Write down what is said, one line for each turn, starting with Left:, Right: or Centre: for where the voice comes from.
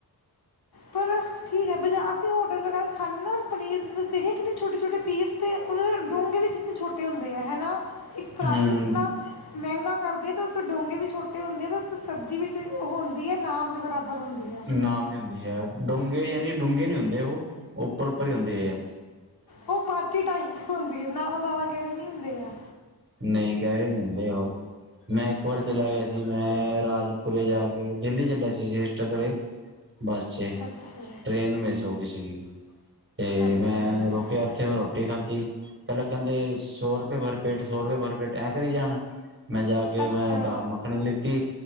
Left: ਪਰ ਠੀਕ ਹੈ। ਬਾਜ਼ਾਰ ਅਸੀ। ਹੋਟਲ ਵਗੈਰਾ ਖਾਂਦੇ ਪਨੀਰ ਦੱਸ ਕਿੰਨੇ ਛੋਟੇ- ਛੋਟੇ ਪੀਸ ਤੇ ਉਹ ਡੋਂਗੇ ਵਿਚ- ਬਹੁਤ ਛੋਟੇ ਹੁੰਦੇ ਆ ਹੈਨਾ- ਇਕ ਪ੍ਰਾਈਜ
Right: ਹੂੰ
Left: ਇਤਨਾ ਮਹਿੰਗਾ ਕਰਦਿਆ ਤੇ ਉਥੋਂ ਡੋਗੇ ਵੀ ਛੋਟੇ ਹੁੰਦੇ ਅ। ਸਬਜ਼ੀ ਵਿਚ ਉਹ ਹੁੰਦੀ ਏ ਨਾਮ ਦੇ ਬਰਾਬਰ ਹੁੰਦੀ- ਆ
Right: ਨਾਮ ਦੀ ਹੁੰਦੀ ਏ, ਡੂੰਘੇ ਯਾਨੀ ਡੂੰਘੇ ਨੀ ਹੁੰਦੇ ਉਹ, ਉਪਰ- ਉੱਪਰ ਹੀ ਹੁੰਦੇ ਹੈ।
Left: ਉਹ ਪਾਥੀ ਟਾਈਪ ਹੁੰਦੀ ਹੈ। ਨਾਲੋ ਜਿਆਦਾ ਗੇਰੇ ਨੀ ਹੁੰਦੇ ਆ।
Right: ਨਹੀ ਗਹਿਰੇ ਨੀ ਹੁੰਦੇ ਉਹ, ਮੈ ਇਕ ਵਾਰ
Left: ਹੂੰ
Right: ਚਲਾ ਗਿਆ ਸੀ। ਜੀ ਮੈਂ ਰਾਜਪੁਰੇ ਜਾ ਕੇ, ਦਿਲੀ ਚਲਿਆ ਸੀ ਸੇਸਟਾਪੁਰੇ- ਬਸ 'ਚ,
Left: ਅੱਛਾ
Right: ਟ੍ਰੇਨ ਮਿਸ ਹੋ ਗਈ ਸੀਗੀ। ਤੇ
Left: ਅੱਛਾ
Right: ਮੈਂ
Left: ਅੱਛਾ
Right: ਰੁਕਿਆ, ਉੱਥੇ ਮੈਂ ਰੋਟੀ ਖਾਧੀ। ਪਹਿਲਾਂ ਕਹਿੰਦੇ ਸੌ ਰੁਪਏ ਭਰਪੇਟ ਸੌ ਰੁਪਏ ਭਰ ਪੇਟ ਐਂ ਕਰੀ ਜਾਣ। ਮੈਂ ਜਾ ਕੇ
Left: ਅੱਛਾ
Right: ਮੈਂ ਦਾਲ ਮੱਖਣੀ ਲਿੱਤੀ